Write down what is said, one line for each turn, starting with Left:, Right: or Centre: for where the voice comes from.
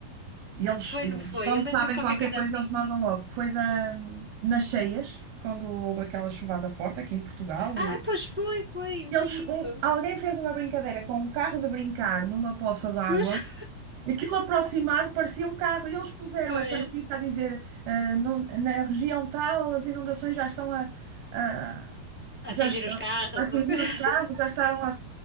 Right: e eles,
Centre: Foi,
Right: eles,
Centre: não foi?
Right: quando
Centre: Eu lembro
Right: sabem
Centre: qualquer
Right: qualquer
Centre: coisa
Right: coisa,
Centre: assim.
Right: eles mandam logo. Foi da, nas cheias, quando houve aquela chuvada forte aqui em Portugal.
Centre: Ah,
Right: E,
Centre: pois foi, foi,
Right: eles,
Centre: foi
Right: um-
Centre: isso.
Right: alguém fez uma brincadeira com um carro de brincar numa poça d'água
Centre: Pois, <laughs>
Right: Aquilo aproximado parecia um carro e eles puseram
Centre: pois.
Right: essa notícia a dizer ah, no- na região tal as inundações já estão a, a-
Centre: A
Right: já
Centre: Atingir
Right: est-
Centre: os
Right: a
Centre: carros
Right: atingir
Centre: ou coisa
Right: os
Centre: assim.
Right: carros, já estão a